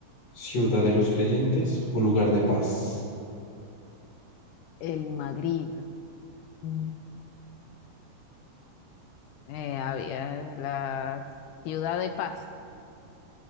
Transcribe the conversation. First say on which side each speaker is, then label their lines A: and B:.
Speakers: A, on the left (about 45°); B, on the left (about 85°).
A: ciudad de los creyentes o lugar de paz.
B: El Magritte. Ujú. Eh, había la Ciudad de Paz.